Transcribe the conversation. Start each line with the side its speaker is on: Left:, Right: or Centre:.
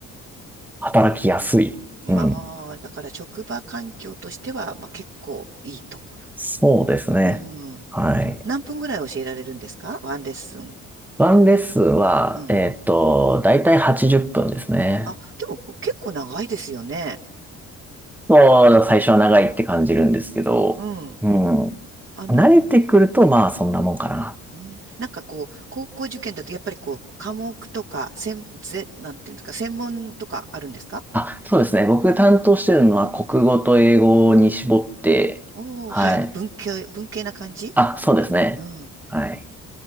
Centre: 働きやすい。うん。
Right: ああー、だから職場環境としては、まあ結構いいと。
Centre: そうですね。
Right: うん。
Centre: はい。
Right: 何分ぐらい教えられるんですかワンレッスン。
Centre: ワンレッスンは、
Right: うん。
Centre: えっと、だいたい80分ですね。
Right: あ、でも結構長いですよね。
Centre: もう、最初は長いって感じるんですけど、
Right: うん。
Centre: うん。
Right: あの、
Centre: 慣れてくると、まあ、そんなもんかな。
Right: うん、なんかこう、高校受験だとやっぱりこう、科目とか、専、ぜ、なんていうんですか、専門とかあるんですか
Centre: あ、そうですね。僕担当してるのは、国語と英語に絞って、
Right: うん。おー、
Centre: はい。
Right: はい。文系、文系な感じ
Centre: あ、そうですね。
Right: うん。
Centre: はい。